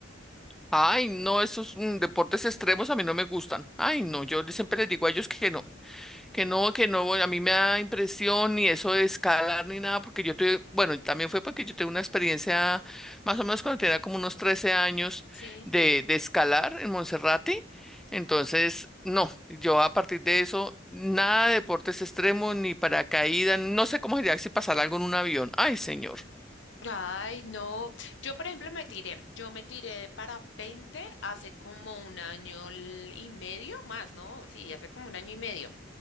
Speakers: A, in the centre; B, on the left.
A: Ay, no, esos mm, deportes extremos a mí no me gustan. Ay, no, yo siempre les digo a ellos que no. que no, que no, a mí me da impresión ni eso de escalar ni nada, porque yo tuve, bueno, y también fue porque yo tuve una experiencia más o menos cuando tenía como unos 13 años
B: Sí.
A: de, de escalar en Monserrate. Entonces, no, yo a partir de eso, nada de deportes extremos ni paracaídas, no sé cómo sería si pasara algo en un avión. Ay, señor.
B: Ay, no. Yo, por ejemplo, me tiré. Yo me tiré de parapente hace como un año l- y medio más, ¿no? Sí, hace como un año y medio.